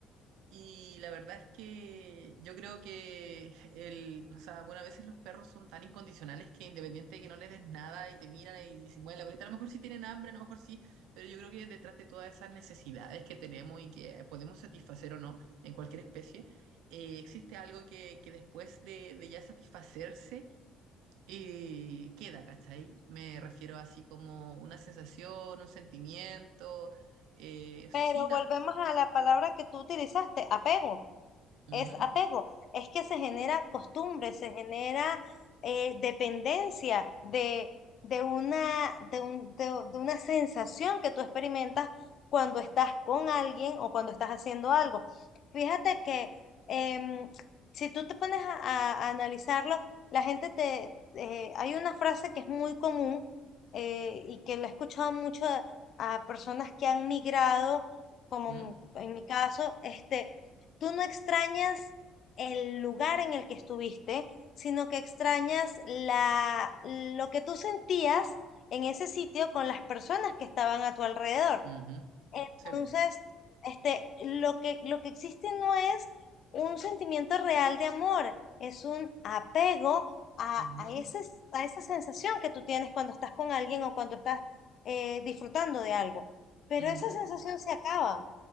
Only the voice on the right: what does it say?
Y la verdad es que yo creo que el, o sea, bueno, a veces los perros son tan incondicionales que independiente de que no les des nada y te miran y, se mueven la bolita, a lo mejor sí tienen hambre, a lo mejor sí, pero yo creo que detrás de todas esas necesidades que tenemos y que podemos satisfacer o no en cualquier especie, eh, existe algo que, que después de, de ya satisfacerse eh, queda, ¿cachai? Me refiero así como una sensación, un sentimiento, eh, sí,
tal.
Ujú,
mm,
ujú.
Sí, po.
Ujú,
ujú.